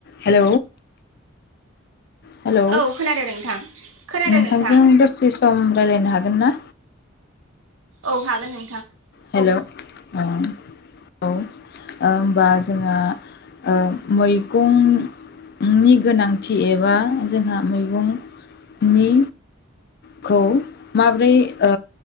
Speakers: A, on the left; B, on the right.
A: हेल' hello
B: औ खोनादों नोंथां खोनादों
A: नोंथांजों
B: नोंथां
A: दसे सम रायज्लायनो हागोन हागोन ना
B: औ हागोन नों
A: हेल', अ ओ होमबा जोंङो मैगं नि गोनांथि एबा जोंहा मैगंनि खौ माब्रै ओ